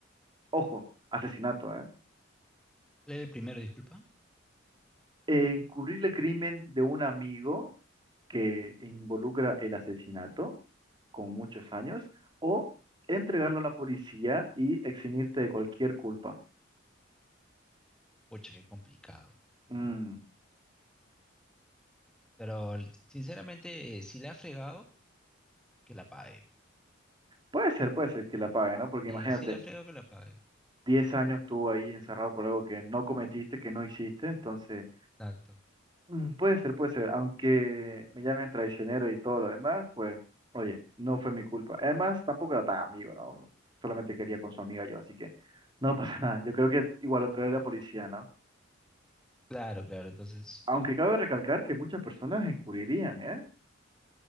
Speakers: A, on the right; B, in the centre.
A: Ojo, asesinato, ¿eh?
B: Lee el primero, disculpa.
A: Encubrir el crimen de un amigo que involucra el asesinato con muchos años, o entregarlo a la policía y eximirte de cualquier culpa.
B: Pucha, qué complicado.
A: Mm,
B: Pero sinceramente, eh, si le ha fregado, que la pague.
A: Puede ser, puede ser que la pague, ¿no? Porque
B: Y
A: imagínate.
B: si le ha fregado, que la pague.
A: diez años estuvo ahí encerrado por algo que no cometiste, que no hiciste, entonces
B: Exacto.
A: mm, puede ser, puede ser, aunque me llamen traicionero y todo lo demás, pues oye, no fue mi culpa. Además, tampoco era tan amigo, ¿no? Solamente quería con su amiga yo, así que no pasa <laughs> nada. Yo creo que igual lo traeré a la policía, ¿no?
B: Claro, claro. Entonces,
A: Aunque
B: no.
A: cabe recalcar que muchas personas encubrirían, ¿eh?